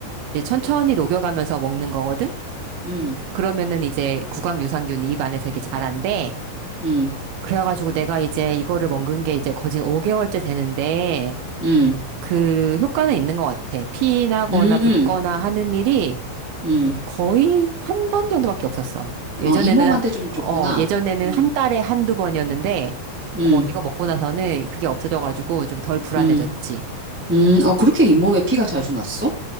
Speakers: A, on the right; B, in the centre.
A: 이제 천천히 녹여가면서 먹는 거거든.
B: 음,
A: 그러면은 이제 구강 유산균이 입 안에서 이렇게 자란대.
B: 음,
A: 그래가지고 내가 이제 이거를 먹은 게 이제 거진 5개월째 되는데
B: 음,
A: 그 효과는 있는 것 같아. 피 나거나
B: 음,
A: 붓거나 하는 일이
B: 음,
A: 거의 한 번 정도밖에 없었어. 예전에는,
B: 어, 잇몸한테 좀 좋구나.
A: 어, 예전에는
B: 음,
A: 한 달에 한두 번이었는데,
B: 음,
A: 어, 이거 먹고 나서는 그게 없어져가지고 좀 덜 불안해졌지.
B: 음. 음, 어, 그렇게 잇몸에 피가 자주 났어?